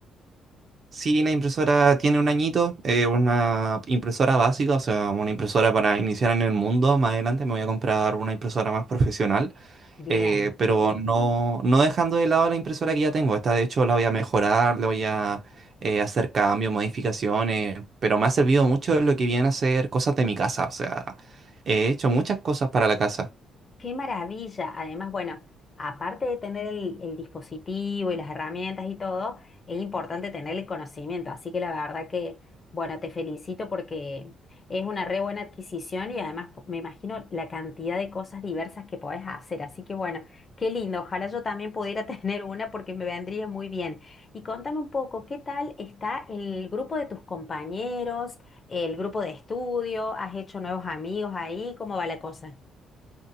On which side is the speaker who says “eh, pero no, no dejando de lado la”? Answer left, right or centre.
Right